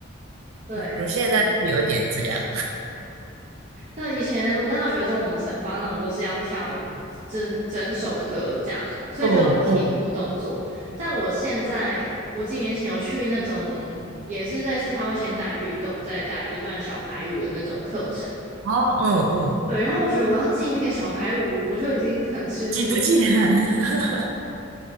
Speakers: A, on the right; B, on the right.
A: <laughs> 对，
B: 我我现在有点这样，
A: 真的。那以前我大学的时候，我们惩罚那种都是要跳整整首歌这样，所以就要记很多动作。
B: 哦嗯，
A: 但我现在，我几年前有去那种也是类似他会先带律动，再带一段小排舞的那种课程。
B: 哦嗯嗯，
A: 对，然后我觉得我要记那个小排舞，我就已经很吃力了。
B: 记不起来。<laughs>